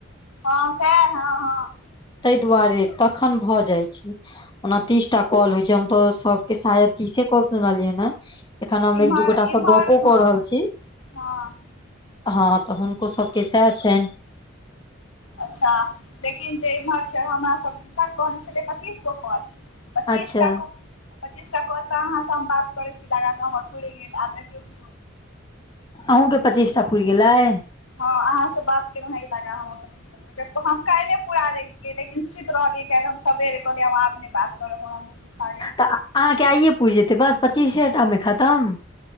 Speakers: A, on the left; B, on the left.
A: ह सैह, ह - ह।
B: तै दुआरे तखन भऽ जाइ छै। ओना तीस टा कॉल होइ छै, हम तऽ सबके शायद तीसे कॉल सुनलियैन हे। एखन हम
A: इम्हर
B: एक दू गोटा
A: इम्हर
B: स गपो
A: हँ
B: कऽ रहल छी।
A: हँ
B: ह तऽ हुनको सबके सैह छैन।
A: अच्छा। लेकिन जे इम्हर छै हमरासब किसन कहने छेलै पच्चीस गो कॉल। पचीसटा
B: अच्छा
A: क पच्चीसटा कॉल तऽ आहाँ सँ हम बात करै छी लगाकऽ हमर पूरि गेल। आब देखियौ कि
B: अहूँ के पचीसटा पुइर गेलाय?
A: ह आहाँ स बात केलहुँ हें इलगा हमर पच्चीस। हम काइले पूरा लैतियै, लेकिन सुइत रहलियै कैल हम सबेरे कहलियै, हम आब नै बात करब हम। <unintelligible>
B: त अहाँके आइये पुइर जेतै, बस पच्चीसेटा मे खतम?